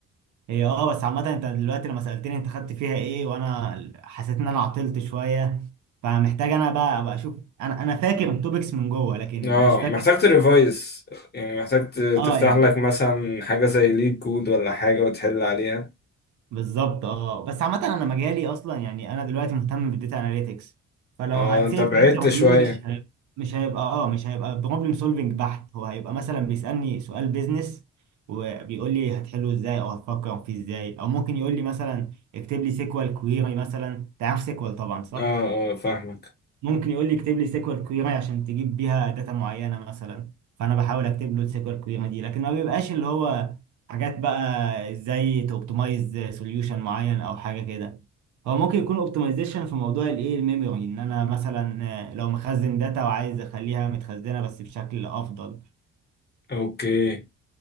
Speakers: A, on the right; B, on the left.
A: هي اه بس عامة انت دلوقتي لما سألتني انت خدت فيها ايه وانا حسيت ان انا عطلت شوية فمحتاج انا بقى ابقى اشوف انا انا فاكر التوبكس من جوه لكن
B: اه
A: مش فاكر
B: محتاج تريفايز يعني محتاج ت-
A: اه
B: تفتح
A: يعني
B: لك مثلا حاجة زي ليد كود ولا حاجة وتحل عليها
A: بالظبط اه بس عامة انا مجالي اصلا يعني انا دلوقتي مهتم بالداتا اناليتكس فلو
B: اه
A: هتسال
B: انت بعدت
A: في انترفيو
B: شوية
A: مش هيبقى مش هيبقى اه مش هيبقى بروبلم سولفنج بحت هو هيبقى مثلا بيسألني سؤال بيزنس وبيقول لي هتحله ازاي او هتفكر فيه ازاي او ممكن يقول لي مثلا اكتب لي سيكوال كويري مثلا تعرف سيكوال طبعا صح؟
B: اه اه فاهمك
A: ممكن يقول لي اكتب لي سيكوال كويري عشان تجيب بيها داتا معينه مثلا فانا بحاول اكتب له السيكوال كويري دي لكن ما بيبقاش اللي هو حاجات بقى ازاي توبتمايز سوليوشن معين او حاجه كده هو ممكن يكون اوبتمايزيشن في موضوع الايه الميموري ان انا مثلا لو مخزن داتا وعايز اخليها متخزنه بس بشكل افضل
B: اوكي